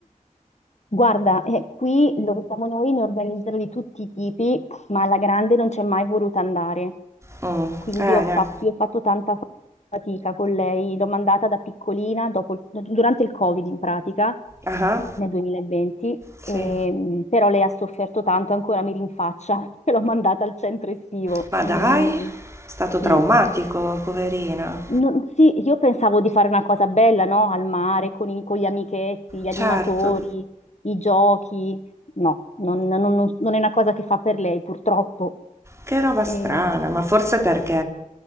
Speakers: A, on the left (about 55°); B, on the right (about 20°).
A: Guarda, eh, qui dove siamo noi ne organizzano di tutti i tipi, ma alla grande non c'è mai voluta andare.
B: Mm,
A: Quindi
B: eh,
A: ho fatto,
B: ne-
A: io ho fatto tanta fa- fatica con lei. L'ho mandata da piccolina, dopo il- durante il Covid in pratica,
B: ah,
A: nel 2020,
B: sì.
A: ehm, però lei ha sofferto tanto, ancora mi rinfaccia <laughs> che l'ho mandata al centro estivo.
B: Ma
A: Non,
B: dai, è stato traumatico,
A: sì.
B: poverina.
A: Non- sì, io pensavo di fare una cosa bella, no? Al mare, con, i- con gli amichetti, gli animatori,
B: Certo.
A: i giochi. No, non, non- non- non è una cosa che fa per lei, purtroppo.
B: Che roba
A: E-
B: strana, ma forse perché